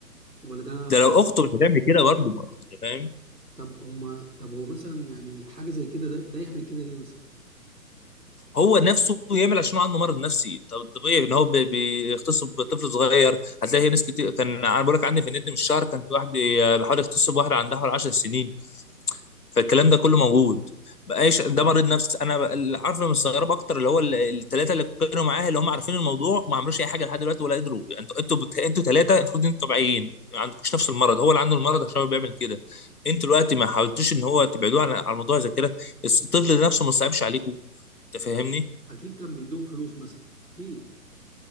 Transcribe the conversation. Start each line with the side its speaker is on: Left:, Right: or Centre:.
Right: ولا ده
Left: ده لو اخته مش هتعمل كده برضه ما- أنت فاهم
Right: طب هما طب هو مثلا يعني حاجة زي كده ده, ده يعمل كده ليه مثلا
Left: هو نفسه يعمل عشان هو عنده مرض نفسي طب طبيعي ان هو بي- بيغتصب طفل صغير هتلاقي ناس كتير كان انا بقول لك عندي في النت من الشهر كان في واحد بي- بيحاول يغتصب واحده عندها حوالي 10 سنين فالكلام ده كله موجود بقاش ده مريض نفسي انا ب- اللي عارف اللي مستغرب اكتر اللي هو الثلاثه اللي كانوا معاه اللي هم عارفين الموضوع وما عملوش اي حاجه لحد دلوقتي ولا قدروا يعني انتوا انتوا بت... انتوا ثلاثه المفروض انتوا طبيعيين ما عندكوش نفس المرض هو اللي عنده المرض عشان هو بيعمل كده انتوا دلوقتي ما حاولتوش ان هو تبعدوه عن على الموضوع زي كده الس- الطفل ده نفسه ما صعبش عليكم انت فاهمني
Right: اكيد كان بيدوم فلوس مثلا اكيد